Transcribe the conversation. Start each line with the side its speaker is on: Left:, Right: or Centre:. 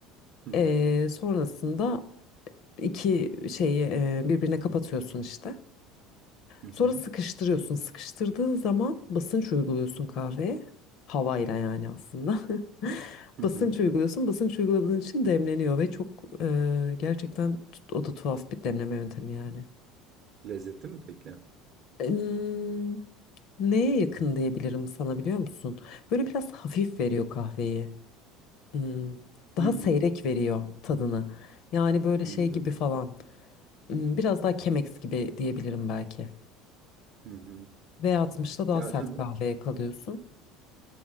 Right: Hı hı.
Left: Ee, sonrasında iki şeyi e, birbirine kapatıyorsun işte.
Right: Hı
Left: Sonra
Right: hı.
Left: sıkıştırıyorsun. Sıkıştırdığın zaman basınç uyguluyorsun kahveye. Havayla yani aslında. <laughs>
Right: Hı
Left: Basınç
Right: hı.
Left: uyguluyorsun. Basınç uyguladığın için demleniyor ve çok e, gerçekten tut- o da tuhaf bir demleme yöntemi yani.
Right: Lezzetli mi peki?
Left: Em, neye yakın diyebilirim sana biliyor musun? Böyle biraz hafif veriyor kahveyi. Hmm, daha
Right: Hı.
Left: seyrek veriyor tadını. Yani böyle
Right: Anladım.
Left: şey gibi falan. Hmm, biraz daha Chemex gibi diyebilirim belki.
Right: Hı hı.
Left: V60'da daha
Right: Ya
Left: sert
Right: tabii
Left: kahveye kalıyorsun.